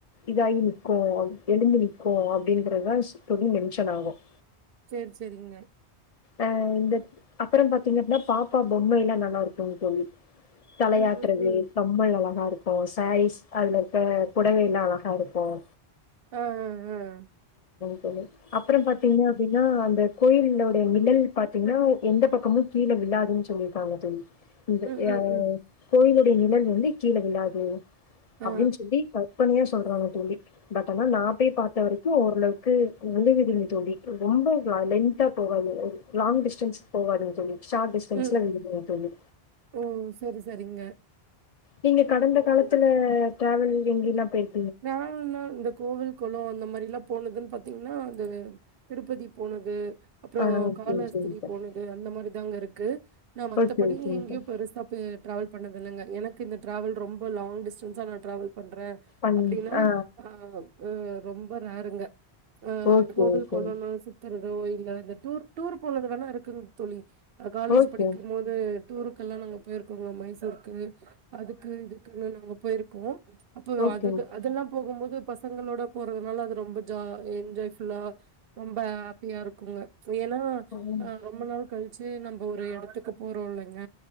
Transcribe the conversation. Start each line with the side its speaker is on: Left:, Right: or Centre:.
Left: இதாயினும் க்கும் எழுந்து நிற்கும் அப்டின்றதா தோழி மென்ஷன் ஆகும்
Right: செரி செரிங்க
Left: அஹ் இந்த அப்புறம் பாத்தீங்கன்னா பாப்பா பொம்மைல்லாம் நல்லா இருக்கும்ங் தோழி தலையாட்டுறது
Right: ம், ம், ம்.
Left: கம்மல் அழகா இருக் ப்ப சாரீஸ் அதுல இருக்க புடவல்லாம் அழகா இருக்கும்
Right: ஹம் ஹம் ஹம்
Left: ஓய் அப்புறம் பாத்தீங்க அப்படின்னா அந்த கோயில்ண்ட மின்னல் பாத்தீங்கன்னா எந்த பக்கமும் கீழே விழாதுன்னு சொல்லியிருக்காங்க சொல்லி ந் அ
Right: ம்,
Left: ய
Right: ம், ம்.
Left: கோயிலுடைய நிழல் வந்து கீழே விழாது
Right: ஆ.
Left: அப்படின்னு சொல்லி கற்பனையா சொல்றாங்க தல்லி பட் ஆனா நான் ய் பார்த்த வரைக்கும் ஒருஓரளவு உழு விதவி தடி ரொம்ப லொ போகாது ஒரு லாங் டிஸ்டன்ஸ் போகாதுன்ன சொல்லி ஷார்ட் டிஸ்டன்ஸ்ல
Right: ம்.
Left: வீடு போக சொோல்லி
Right: ஓ! சரி, சரிங்க.
Left: நீங்க கடந்த காலத்துல டிராவல் எங்கயல்லாம் போயிருக்கங்க
Right: னா இந்த கோவில் குளம் அந்த மாதிரி எல்லாம் போனதுு பத்து ீங்கா அது திருப்பதி போனது அப்புறம்
Left: ஆ ஓகே
Right: காலஸ்திரி
Left: ஓகேங்க சார்.
Right: போனது அந்த மாதிரி தாங்க இருக்கு ஓகே நான் மத்தபடி
Left: ஓகே ஓகேங்க
Right: எங்கேயோ
Left: சார்.
Right: பெருசா் டிரராாவல் பண்ணத இில்லைங்க எனக்கு இந்த டிராவல் ரொ லாங் ஸ்டன்ஸா நான்டிராவல் பண்றேன்
Left: பண்
Right: அப்படின்னா
Left: ஆ
Right: ஆஹ ரொம்ப நாருங்க ஆஹ்
Left: ஓகே
Right: கோவில்
Left: ஓகேங்க.
Right: கோலன்னு சுத்துறதோ இல்ல இந்த டூர் டூர் போனது வேணா இருக்கு தளி காலேஜ்
Left: ஓகே
Right: படிக்கும் போோது டருக்கல்லாம் நாங்க போயிருக்கோங்க மைசூர் அதுக்கு இதுக்குன்ன நாங்க போயிருக்க கு
Left: ஓகே ஓகே
Right: அதெல்லாம் போகும்போது பசங்க போறதுனால அது ரொம்ப ஜ என்ஜாய் ஃபுல்ல ரொம்ப அப்படியா இருக்குங்க ஏன்னா
Left: சார். ம்.
Right: ஆஹ் ரொம்ப நாள் கழி சு நம்ம ஒரு இடத்துக்கு போறோம்ல்லைங்க